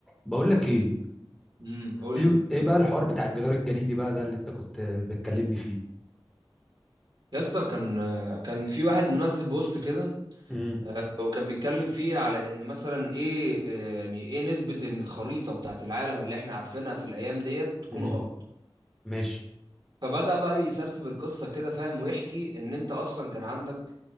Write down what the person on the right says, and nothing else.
امم قول
لي
يا اسطى كان كان في واحد منزل بوست كده
آه، وكان بيتكلم فيه على ان مثلا ايه آه، يعني ايه نسبة ان الخريطة بتاعت العالم اللي احنا عارفينها في الايام ديت تكون
غلط
فبدأ بقى يسرسب القصة كده فاهم ويحكي ان انت اصلا كان عندك